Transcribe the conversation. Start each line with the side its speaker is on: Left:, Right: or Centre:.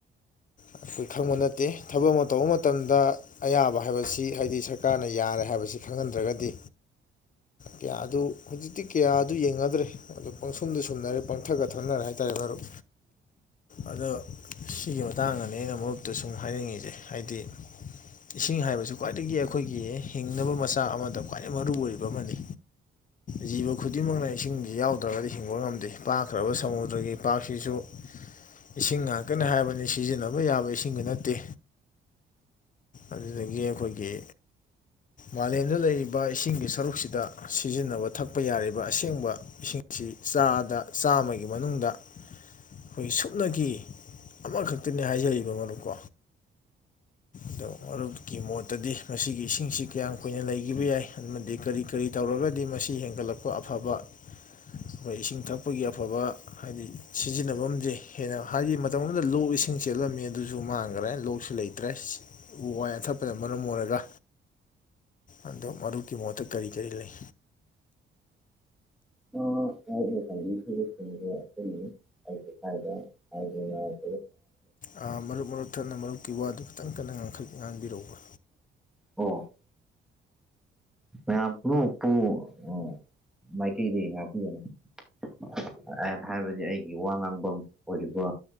Left: ꯑꯩꯈꯣꯏ ꯈꯪꯕ ꯅꯠꯇꯦ ꯊꯕꯛ ꯑꯃ ꯇꯧꯕ ꯃꯇꯝꯗ ꯑꯌꯥꯕ ꯍꯥꯏꯕꯁꯤ ꯍꯥꯏꯗꯤ ꯁꯔꯀꯥꯔꯅ ꯌꯥꯔꯦ ꯍꯥꯏꯕꯁꯤ ꯈꯪꯍꯟꯗ꯭ꯔꯒꯗꯤ ꯀꯌꯥ ꯑꯗꯨ ꯍꯧꯖꯤꯛꯇꯤ ꯀꯌꯥ ꯑꯗꯨ ꯌꯦꯡꯅꯗ꯭ꯔꯦ ꯑꯗꯨ ꯄꯪꯁꯨꯝꯗꯨ ꯁꯨꯝꯅꯔꯦ ꯄꯪꯊꯛꯇ ꯊꯛꯅꯔꯦ ꯍꯥꯏꯇꯥꯔꯦ ꯃꯔꯨꯞ ꯑꯗꯣ ꯁꯤꯒꯤ ꯃꯇꯥꯡꯗꯅꯤ ꯑꯩꯅ ꯃꯔꯨꯞꯇ ꯁꯨꯝ ꯍꯥꯏꯅꯤꯡꯉꯤꯖꯦ ꯍꯥꯏꯗꯤ ꯏꯁꯤꯡ ꯍꯥꯏꯕꯁꯤ ꯈ꯭ꯋꯥꯏꯗꯒꯤ ꯑꯩꯈꯣꯏꯒꯤ ꯍꯤꯡꯅꯕ ꯃꯆꯥꯛ ꯑꯃꯗ ꯈ꯭ꯋꯥꯏꯗꯒꯤ ꯃꯔꯨꯑꯣꯏꯕ ꯑꯃꯅꯤ ꯖꯤꯕ ꯈꯨꯗꯤꯡꯃꯛꯅ ꯏꯁꯤꯡꯖꯤ ꯌꯥꯎꯗ꯭ꯔꯒꯗꯤ ꯍꯤꯡꯕ ꯉꯝꯗꯦ ꯄꯥꯛꯈ꯭ꯔꯕ ꯁꯃꯨꯗ꯭ꯔꯒꯤ ꯏꯄꯥꯛꯁꯤꯁꯨ ꯏꯁꯤꯡ ꯉꯥꯛꯇꯅꯤ ꯍꯥꯏꯕꯅꯤ ꯁꯤꯖꯤꯟꯅꯕ ꯌꯥꯕ ꯏꯁꯤꯡꯗꯤ ꯅꯠꯇꯦ ꯑꯗꯨꯗꯒꯤ ꯑꯩꯈꯣꯏꯒꯤ ꯃꯥꯂꯦꯝꯗ ꯂꯩꯔꯤꯕ ꯏꯁꯤꯡꯒꯤ ꯁꯔꯨꯛꯁꯤꯗ ꯁꯤꯖꯤꯟꯅꯕ ꯊꯛꯄ ꯌꯥꯔꯤꯕ ꯑꯁꯦꯡꯕ ꯏꯁꯤꯡꯁꯤ ꯆꯥꯗ ꯆꯥꯝꯃꯒꯤ ꯃꯅꯨꯡꯗ ꯑꯩꯈꯣꯏꯒꯤ ꯁꯨꯞꯅꯒꯤ ꯑꯃꯈꯛꯇꯅꯤ ꯍꯥꯏꯖꯔꯤꯕ ꯃꯔꯨꯞꯀꯣ ꯑꯗꯣ ꯃꯔꯨꯞꯀꯤ ꯃꯣꯠꯇꯗꯤ ꯃꯁꯤꯒꯤ ꯏꯁꯤꯡꯁꯤ ꯀꯌꯥꯝ ꯀꯨꯏꯅ ꯂꯩꯈꯤꯕ ꯌꯥꯏ ꯑꯃꯗꯤ ꯀꯔꯤ ꯀꯔꯤ ꯇꯧꯔꯒꯗꯤ ꯃꯁꯤ ꯍꯦꯟꯒꯠꯂꯛꯄ ꯑꯐꯕ ꯑꯩꯈꯣꯏ ꯏꯁꯤꯡ ꯊꯛꯄꯒꯤ ꯑꯐꯕ ꯍꯥꯏꯗꯤ ꯁꯤꯖꯤꯟꯅꯕꯝꯖꯦ ꯍꯦꯟꯅ ꯍꯥꯏꯗꯤ ꯃꯇꯝ ꯑꯃꯗ ꯂꯣꯛ ꯏꯁꯤꯡ ꯆꯦꯜꯂꯝꯃꯤ ꯑꯗꯨꯖꯨ ꯃꯥꯡꯒ꯭ꯔꯦ ꯂꯣꯛꯁꯨ ꯂꯩꯇ꯭ꯔꯦꯁ ꯎ ꯋꯥ ꯌꯥꯟꯊꯠꯄꯅ ꯃꯔꯝ ꯑꯣꯏꯔꯒ ꯑꯗꯨ ꯃꯔꯨꯞꯀꯤ ꯃꯣꯠꯇ ꯀꯔꯤ ꯀꯔꯤ ꯂꯩ
Centre: <unintelligible>
Left: ꯑ ꯃꯔꯨꯞ ꯃꯔꯨꯞ ꯊꯠꯅ ꯃꯔꯨꯞꯀꯤ ꯋꯥꯗꯨ ꯈꯤꯇꯪ ꯀꯟꯅ ꯉꯥꯡꯈꯠ ꯉꯥꯡꯕꯤꯔꯛꯎꯕ
Centre: ꯑꯣ ꯃꯌꯥꯝ ꯄꯨꯝꯅꯃꯛꯄꯨ ꯑ ꯃꯥꯏꯀꯩꯗꯩ ꯉꯥꯛꯄꯤꯒꯅꯤ <unintelligible> ꯍꯥꯏꯕꯗꯤ ꯑꯩꯒꯤ ꯋꯥ ꯉꯥꯡꯕꯝ ꯑꯣꯏꯔꯤꯕ